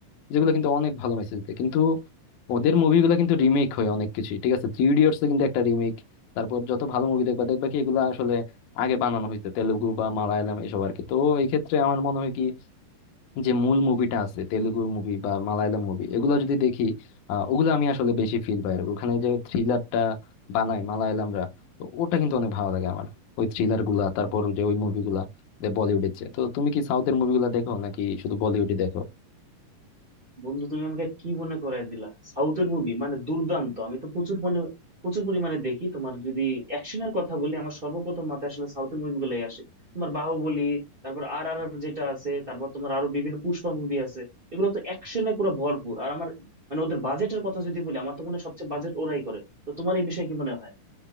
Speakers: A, on the left (about 70°); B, on the right (about 30°).
A: যেগুলো কিন্তু অনেক ভালো মেসেজ দেয় কিন্তু ওদের মুভিগুলো কিন্তু রিমেক হয় অনেক কিছু ঠিক আছে থ্রি ইডিয়টস কিন্তু একটা রিমেক তারপর যত ভালো মুভি দেখবা দেখবা কি এগুলো আসলে আগে বানানো হয়েছে তেলুগু বা মালায়ালাম এসব আর কি তো এই ক্ষেত্রে আমার মনে হয় কি যে মূল মুভিটা আছে তেলুগু মুভি বা মালায়ালাম মুভি এগুলো যদি দেখি আহ, ওগুলো আমি আসলে বেশি ফিল পাই আর কি। ওখানে যে থ্রিলারটা বানায় মালায়ালামরা তো ওটা কিন্তু অনেক ভালো লাগে আমার ওই থ্রিলার গুলা তারপর যে ওই মুভিগুলা বলিউডের চেয়ে তো তুমি কি সাউথের মুভিগুলা দেখো নাকি শুধু বলিউডই দেখো
B: বন্ধু তুমি আমাকে কি মনে করায় দিলা সাউথের মুভি মানে দুর্দান্ত আমি তো প্রচুর মানে প্রচুর পরিমাণে দেখি তোমার যদি অ্যাকশনের কথা বলি আমার সর্বপ্রথম মাথায় আসলে সাউথের মুভিগুলোই আসে তোমার বাহুবলী তারপর আর আর আর যেটা আছে তারপর তোমার আরো বিভিন্ন পুষ্পা মুভি আছে এগুলো তো অ্যাকশনে পুরো ভরপুর আর আমার মানে ওদের বাজেটের কথা যদি বলি আমার তো মনে হয় সবচেয়ে বাজেট ওরাই করে তো তোমার এই বিষয়ে কি মনে হয়